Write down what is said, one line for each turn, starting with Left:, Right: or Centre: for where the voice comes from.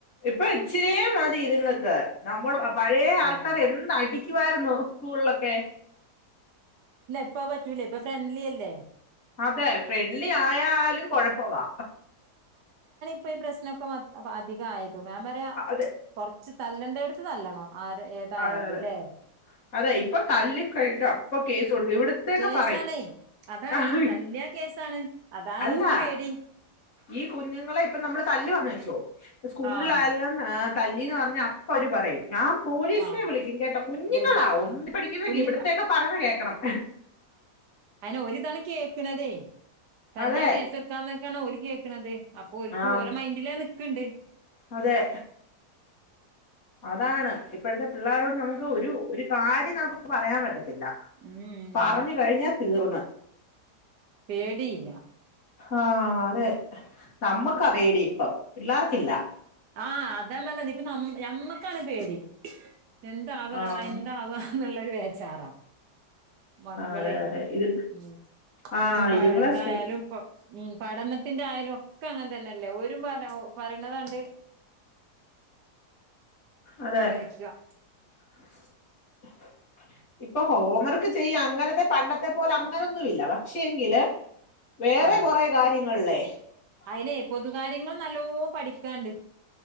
Left: ഇപ്പൊ ഇചിരിയേ മതിഇത്ങ്ങക്ക് നമ്മള് അ പഴേ ആൾക്കാാര്
Right: ആഹ്
Left: എന്തടിക്കുവാർന്നു സ്കൂളിലൊക്കെ
Right: ഇപ്പവ് പറ്റൂലേ ഇപ്പ ഫ്രണ്ട്ലിഅല്ലേ
Left: അതെ ഫ്രണ്ട്ലിയായാലും കൊഴപ്പവാ
Right: ഇപ്പ ഈ പ്രശ്നൊ ക്കെ അധികായത് ഞാൻ പറയാ.
Left: അതെ
Right: കുറച്ചു തല്ലണ്ടോട്ത്ത് തല്ലണം ആരെ ഏതായാലുംല്ലെ
Left: അതെ അതെ അതെ ഇപ്പൊ തല്ലി കഴ്ഞാ അപ്പൊ കേ സ് കൊടുക്കും ഇവിട്ത്തൊക്കെപറയും
Right: കേസാണേ അതാണ്
Left: അഹ്
Right: തല്ലിയാ കേസാണ് അതാണ്
Left: അല്ലാ....
Right: ഓൽക്കും പേടി
Left: ഈ.. കുഞ്ഞുങ്ങളെ ഇപ്പൊനമ്മള് തല്ല് വാന്ന് വെച്ചോ സ്കൂള്
Right: ആഹ്
Left: ലായാലും തല്ലീന്ന് പറഞാപ്പവര് പറയും ഞാ... പോലീസിനെ
Right: ആഹ്
Left: വിളിക്കുംകേട്ടൊ കുഞ്ഞിങ്ങളാ..
Right: വിളിക്കും
Left: ഒന്നി
Right: അത്
Left: പഠിക്കുന്ന
Right: കുഞ്ഞി
Left: ഇവ്ട്ത്തെയൊക്കെ പറയുന്നേ കേൾക്കണം
Right: അയ്ന് ഓരിതാണെ കേക്ക്ണതേ.. തല്യാ
Left: അതെ
Right: കേസ്ട്ക്കാന്നൊക്കാണ് ഓര് കേക്ക്ണത് അപ്പോൽക്ക്
Left: ആഹ്
Right: ഓലെ മൈന്റിലത് നിക്ക്ണ്ട്
Left: അതെ അതാണ് ഇപ്പഴത്തെ പിള്ളാരോട്നമുക്ക് ഒരു ഒരു കാര്യം നമുക്ക് പറയാൻ പറ്റത്തി ത്തില്ലാ..
Right: ഉം
Left: പറഞ്
Right: ഇല്ല
Left: കഴിഞാ തീർന്ന്
Right: പേടിയില്ലാ....
Left: ആ... അതെ നമ്മക്കറിയാടിയിപ്പോ പിള്ളാർക്കില്ല
Right: ആ... അതെന്നാണ്നിപ്പ ഞമ്മ നമ്മക്കാണ് പേടി എന്താവ്റ
Left: ആഹ്
Right: എന്താവാ.. ന്ന്ള്ള വേജാറാ... മക്കളെയ്
Left: അതെ അതെ ഇത്
Right: മ്
Left: ആഹ്
Right: ഇനിപ്പൊ പഴ്
Left: ഇതുങ്ങളെ
Right: ന്തായാലുംപ്പൊ
Left: സ്കൂ
Right: ഉം. പഠനത്തിന്റായാലും ഒക്കങ്ങനെതന്നല്ലെ ഓരും പ പറയിണതാണ്ട്
Left: അതെ
Right: കേക്കാ..
Left: <inaudible> ഇപ്പൊ ഹോം വർക്ക് ചെയ്യാ അങ്ങനത്തെ പണ്ടത്തെപോല ങ്ങാനൊന്നുവില്ല പക്ഷെങ്കിലെ.. വേറെ
Right: ആഹ്
Left: കൊറേ കാര്യങ്ങള്ലേ...
Right: അയിനെ പൊതു കാര്യങ്ങൾ നല്ലോം പഠിക്കാണ്ട്